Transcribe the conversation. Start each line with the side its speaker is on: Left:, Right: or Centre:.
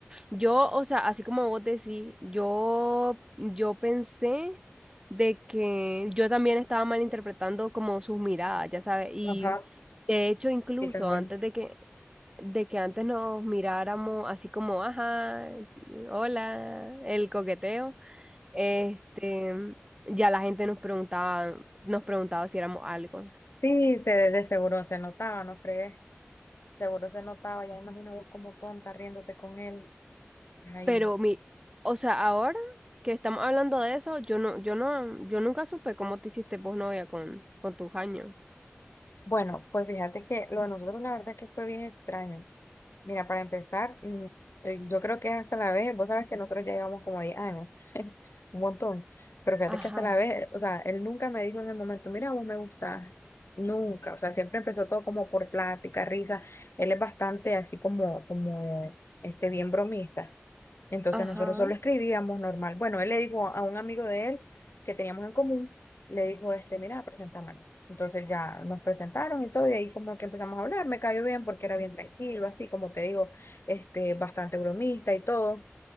Right: Yo, o sea, así como vos decís, yo, yo pensé de que yo también estaba malinterpretando como sus miradas, ya sabes, y
Left: Ajá.
Right: de hecho incluso
Left: Y también
Right: antes
Left: se-
Right: de que, de que antes nos miráramos así como, ajá, hola, el coqueteo, este, ya la gente nos preguntaba, nos preguntaba si éramos algo.
Left: Sí, se, de seguro se notaba, ¿no crees? Seguro se notaba, ya imagino vos como tonta riéndote con él. Ay.
Right: Pero mi, o sea, ahora que estamos hablando de eso, yo no, yo no, yo nunca supe cómo te hiciste vos novia con, con tus años.
Left: Bueno, pues fíjate que lo de nosotros la verdad es que fue bien extraño. Mira, para empezar, mm, eh, yo creo que es hasta la vez, vos sabes que nosotros ya llevamos como 10 años. un montón. Pero fíjate
Right: Ajá,
Left: que hasta la vez, o sea, él nunca me dijo en el momento, mira, vos me gustás. Nunca, o sea, siempre empezó todo como por plática, risa. Él es bastante así como, como, este, bien bromista. Entonces
Right: ajá.
Left: nosotros solo escribíamos normal. Bueno, él le dijo a un amigo de él que teníamos en común, le dijo, este, mira, presentámonos. Entonces ya nos presentaron y todo, y ahí como que empezamos a hablar, me cayó bien porque era bien tranquilo, así como te digo, este, bastante bromista y todo.